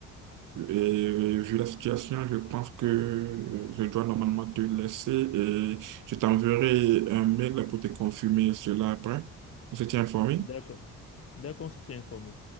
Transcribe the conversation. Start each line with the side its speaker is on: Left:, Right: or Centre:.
Right: et vu la situation, je pense que euh, je dois normalement te laisser et je t'enverrai un mail pour te confirmer cela après. On se tient informé.
Left: D'accord. D'accord, on se tient informé.